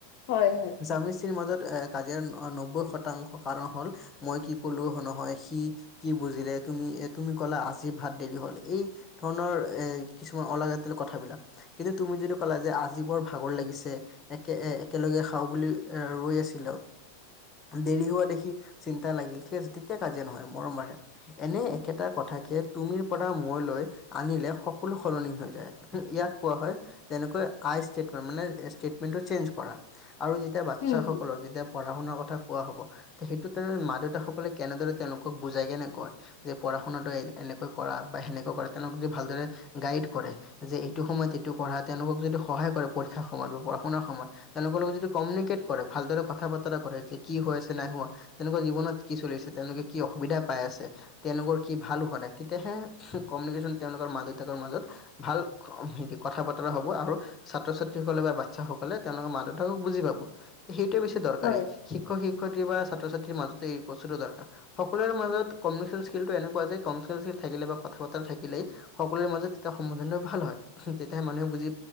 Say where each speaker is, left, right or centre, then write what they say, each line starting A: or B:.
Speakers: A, on the left (about 50°); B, on the left (about 20°).
A: হয়।
B: স্বামী মিস্ত্ৰীৰ মাজত এ কাজিয়াৰ নব্বৈ শতাংশ কাৰণ হল, মই কি ক'লো নহয়, সি কি বুজিলে তুমি এ তুমি ক'লা আজি ভাত দেৰি হ'ল। এই ধৰণৰ, এ কিছুমান অলাগতীয়াল কথাবিলাক। কিন্তু তুমি যিটো ক'লা যে, এই আজি ভাগৰ লাগিছে। একে একেলগে খাওঁ বুলি এ ৰৈ আছিলো। দেৰি হোৱা দেখি চিন্তা লাগিল সেই তেতিয়া কাজিয় নহয় মৰম বাঢ়ে। এনেই একেটা কথাকে তুমিৰ পৰা মই লৈ আনিলে স কলো সলনি হৈ যায় ইয়াক কোৱা হয় যেনেকৈ আইচ ষ্টেট কৰা মানে চেঞ্জ কৰা আৰু যেতিয়া বাচ্ছাসকলক
A: হুম হুম
B: যেতিয়া পঢ়া শুনাৰ কথা কোৱা হ'ব, তে সেইটো তেনে মা দেউতাসকলে কেনেদৰে তেওঁলোকক বুজাই কেনে কয়। যে পঢ়া শুনাটো এনেকৈ কৰা বা সেনেকৈ কৰা তেওঁলোক যদি ভালদৰে গাইড কৰে, যে সময়ত এইটো পঢ়া তেওঁলোকক যদি সহায় কৰে, পৰীক্ষাৰ সময়ত বা পঢা শুনাৰ সময়ত, তেওঁলোকৰ লগত যদি কমিউনিকেট কৰে। ভালদৰে কথা বতৰা কৰে যে কি হৈ আছে নাই হোৱা। তেওঁলোকৰ জীৱনত কি চলিছে, তেওঁলোকে কি অসুবিধা পাই আছে, তেওঁলোকৰ কি ভাল হোৱা নাই, তেতিয়াহে কমিউনিকেশ্যন তেওঁলোকৰ মা দেউতাকৰ মাজত, ভাল কথা বতৰা হ'ব, আৰু ছাত্ৰ ছাত্ৰীসকলে বা সকলে তেওঁলোকৰ মা দেউতাকক বুজ তকপাব। উতি সেইটোয়ে বেছি দৰকাৰী,
A: হয়।
B: শিক্ষক শিক্ষয়িত্ৰী বা। ছাত্ৰ ছাত্ৰীৰ মাজতে এই বস্তু টো দৰকাৰ। সকলোৰে মাজত কিউনেশ্যন স্কিলটো এনেকুৱা যে, কমউিকেশন স্কিল থাকিলে বা কথা বতৰা থাকিলেই সকলোৰে মাজত তেতিয়া সম্বোধানটো ভাল হয়, তেতিয়াহে মানুহে বুজি